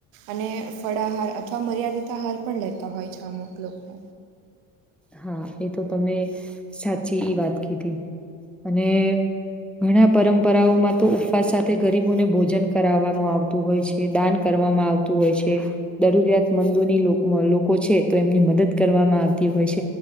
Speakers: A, on the right (about 75°); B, in the centre.
A: અને ફળ, આહાર અથવા મર્યાદિત આહાર પણ લેતા હોય છે અમુક લોકો.
B: હા એતો તમે સાચી વાત કીધી. અને ઘણા પરંપરાઓમાં તો ઉપવાસ સાથે ગરીબોને ભોજન કરાવામાં આવતું હોય છે, દાન કરવામાં આવતું હોય છે. દરૂરિયાતમંદોની લોક લોકો છે તો એમની મદદ કરવામાં આવતી હોય છે.